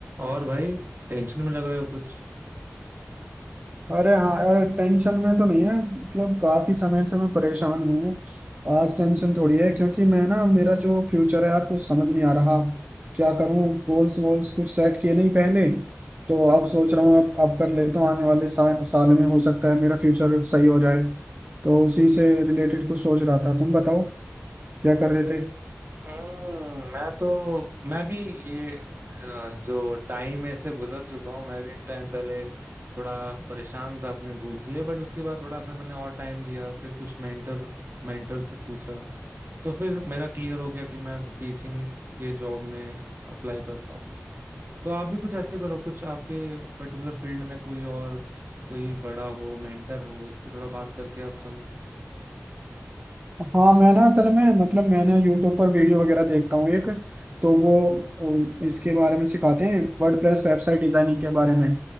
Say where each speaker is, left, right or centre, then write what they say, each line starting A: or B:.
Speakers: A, on the right; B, on the right.
A: और भाई टेंशन में लग रहे हो कुछ
B: अरे हाँ यार टेंशन में तो नहीं है मतलब काफी समय से मैं परेशान हूँ आज टेंशन थोड़ी है क्योंकि मैं ना मेरा जो फ्यूचर है यार कुछ समझ नहीं आ रहा क्या करूँ गोल्स वोल्स कुछ सेट किए नहीं पहले तो अब सोच रहा हूँ अब अब कर लेता हूँ आने वाले सा, साल में हो सकता है मेरा फ्यूचर सही हो जाए तो उसी से रिलेटेड कुछ सोच रहा था तुम बताओ क्या कर रहे थे
A: हम्म मैं तो मैं भी ये अ, जो टाइम ऐसे गुजर चुका हूँ मैं भी एक टाइम पहले थोड़ा परेशान था अपने गोल के लिए बट उसके बाद थोड़ा सा मैंने और टाइम दिया फिर कुछ मेंटर मेंटर से पूछा तो फिर मेरा क्लियर हो गया कि मैं टीचिंग के जॉब में अप्लाई करता हूँ तो आप भी कुछ ऐसे करो कुछ आपके पर्टिकुलर फील्ड में कोई और कोई बड़ा हो मेंटर हो उससे थोड़ा बात करके आप समझो
B: हाँ मैं ना असल में मतलब मैंने यूट्यूब पर वीडियो वगैरह देखता हूँ एक तो वो अ, इसके बारे में सिखाते हैं वर्डप्रेस वेबसाइट डिजाइनिंग के बारे में